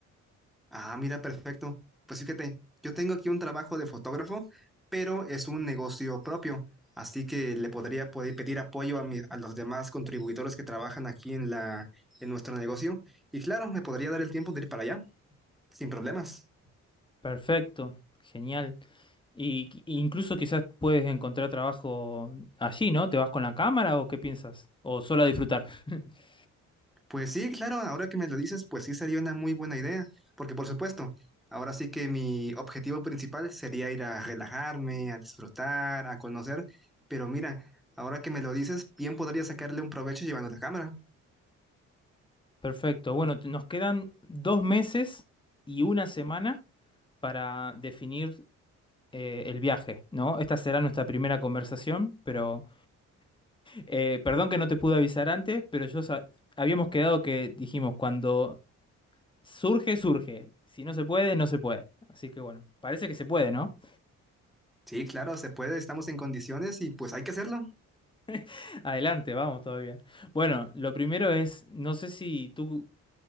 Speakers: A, in the centre; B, on the left.
A: Ah, mira, perfecto. Pues fíjate, yo tengo aquí un trabajo de fotógrafo, pero es un negocio propio, así que le podría poder pedir apoyo a, mi- a los demás contribuidores que trabajan aquí en la, en nuestro negocio. Y claro, me podría dar el tiempo de ir para allá, sin problemas.
B: Perfecto, genial. Y qui- incluso quizás puedes encontrar trabajo allí, ¿no? ¿Te vas con la cámara o qué piensas? ¿O solo a disfrutar? <laughs>
A: Pues sí, claro, ahora que me lo dices, pues sí sería una muy buena idea, porque por supuesto, ahora sí que mi objetivo principal sería ir a relajarme, a disfrutar, a conocer, pero mira, ahora que me lo dices, bien podría sacarle un provecho llevando la cámara.
B: Perfecto. Bueno, t- nos quedan dos meses y una semana para definir eh, el viaje, ¿no? Esta será nuestra primera conversación, pero eh, perdón que no te pude avisar antes, pero yo sa- habíamos quedado que dijimos, cuando surge, surge. Si no se puede, no se puede. Así que bueno, parece que se puede, ¿no?
A: Sí, claro, se puede, estamos en condiciones y pues hay que hacerlo.
B: <laughs> Adelante, vamos todavía. Bueno, lo primero es, no sé si tú,